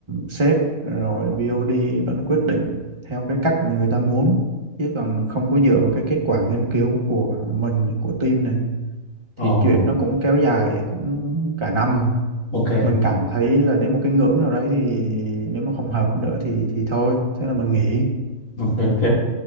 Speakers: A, on the right; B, on the left.
A: sếp rồi BOD vẫn quyết định theo cái cách mà người ta muốn chứ còn không có dựa vào cái kết quả nghiên cứu của mình của team này
B: Ồ,
A: thì chuyện nó cũng kéo dài cũng cả năm
B: ok,
A: mình cảm thấy là đến một cái ngưỡng nào đấy thì nếu mà không hợp nữa thì thì thôi thế là mình nghỉ
B: ok, ok.